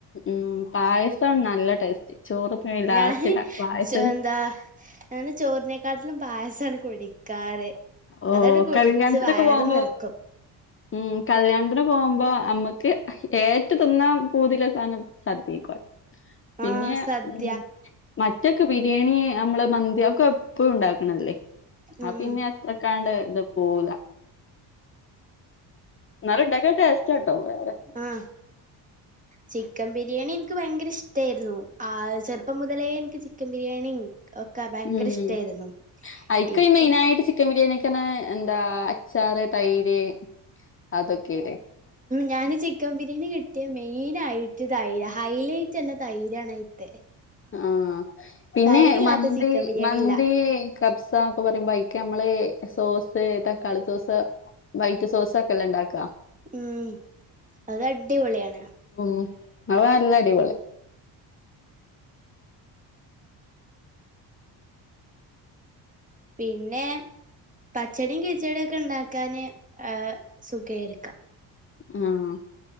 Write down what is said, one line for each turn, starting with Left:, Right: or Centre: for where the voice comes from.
Left: ഉം പായസം നല്ല ടേസ്റ്റ് ചോറ് ലാസ്റ്റ്
Right: ഞാന്
Left: പായസം
Right: എന്താ ഞാന് ചോറിനേക്കാട്ടിലും പായസാണ് കുടിക്കാറ്
Left: ഓ
Right: അതങ്ങട്ട് കുടിച്ച്
Left: കല്യാണത്തിനൊക്കെ
Right: വയറ്
Left: പോകുമ്പോ
Right: നിറക്കും
Left: ഉം കല്യാണത്തിന് പോകുമ്പോ നമ്മുക്ക് ഏറ്റവും തിന്നാൻ പൂതിയുള്ള സാധനം സദ്യയൊക്കെ പിന്നെ
Right: ആഹ് സദ്യ
Left: ഉം മറ്റൊക്കെ ബിരിയാണി നമ്മള് മന്തിയൊക്കെ എപ്പളും ഉണ്ടാക്കണല്ലേ ആത്
Right: ഉം
Left: പിന്നെ അത്രക്കാണ്ട് ഇത് പോവൂല എന്നാലും ഉണ്ടാക്കിയ ടേസ്റ്റാട്ടോ വേറെ
Right: ആഹ് ചിക്കൻ ബിരിയാണി എനിക്ക് ഭയങ്കര ഇഷ്ടായിരുന്നു ആഹ് ചെറുപ്പം മുതലേ എനിക്ക് ചി ക്കൻ ബിരിയാണിയും ഒക്കെ ഭയങ്കര
Left: ഉം
Right: ഇഷ്ടായിരുന്നു
Left: അയിക്ക്
Right: ഇപ്പൊ
Left: മെയിനായിട്ട് ചിക്കൻ ബിരിയാണിക്കന്നെ എന്താ അച്ചാറ് തൈര് അതൊക്കെയല്ലേ
Right: ഞാന് ചിക്കൻ ബിരിയാണി കിട്ടിയാ മെയിൻ ആയിട്ട് തൈര് ഹൈലൈറ്റ് തന്നെ തൈരാണ് <unintelligible>
Left: ആഹ് പിന്നെ
Right: തൈരില്ലാത്ത
Left: മന്തി
Right: ചിക്കൻ ബിരിയാണി
Left: മന്തി
Right: ഇല്ല
Left: കബ്സ ഒക്കെ പറയുമ്പോ അയിക്ക് നമ്മള് സോസ് തക്കാളി സോസ് വൈറ്റ് സോസൊക്കെ അല്ലെ ഉണ്ടാക്കുവാ
Right: ഉം അത് അടിപൊളിയാണ്
Left: ഉം അത് നല്ല അടിപൊളി
Right: പിന്നെ പച്ചടിയും കിച്ചടിയൊക്കെ ഉണ്ടാക്കാന് ആഹ് സുഖാരിക്കാം
Left: ആഹ്